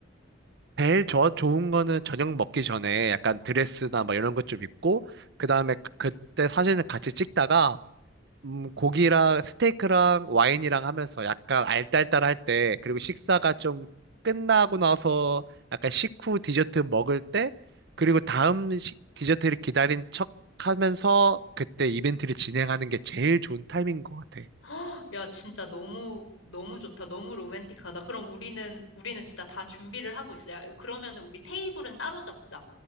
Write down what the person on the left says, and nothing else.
헉, 야, 진짜 너무, 너무 좋다. 너무 로맨틱하다. 그럼 우리는, 우리는 진짜 다 준비를 하고 있어요. 그러면은 우리 테이블은 따로 잡자.